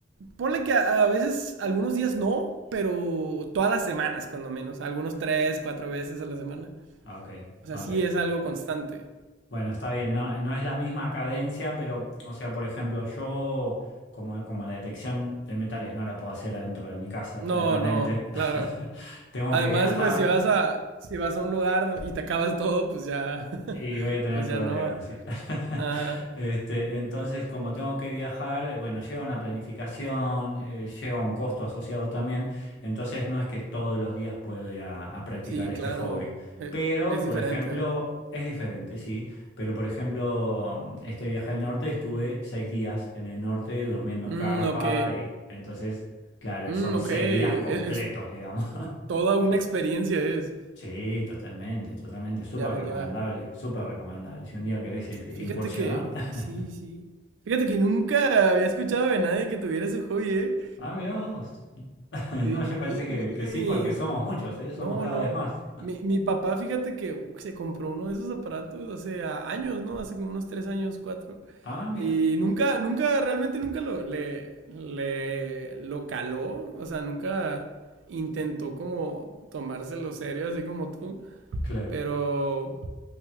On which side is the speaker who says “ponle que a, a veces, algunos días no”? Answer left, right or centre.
Right